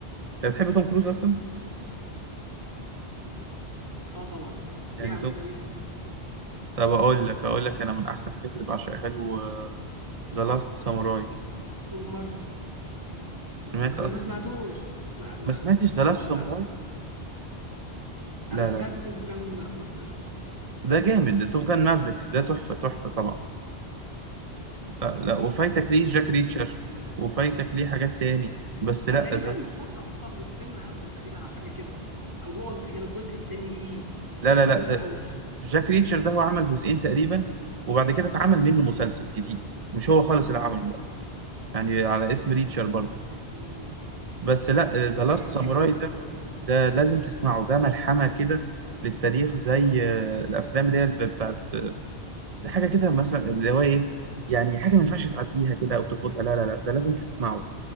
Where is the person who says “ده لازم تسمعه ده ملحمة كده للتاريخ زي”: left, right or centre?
Right